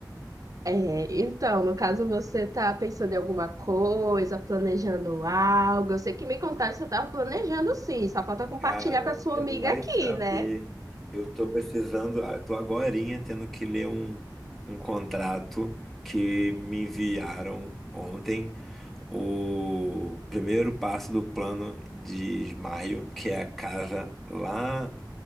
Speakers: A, on the right; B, in the centre.
A: É, então, no caso, você tá pensando em alguma coisa, planejando algo. Eu sei que me contaram que você tava planejando sim, só falta compartilhar
B: Cara,
A: com a sua
B: você
A: amiga
B: não vai
A: aqui,
B: saber.
A: né?
B: Eu tô precisando, ah, eu tô agorinha tendo que ler um, um contrato que me enviaram ontem. O primeiro passo do plano de Ismaio, que é a casa lá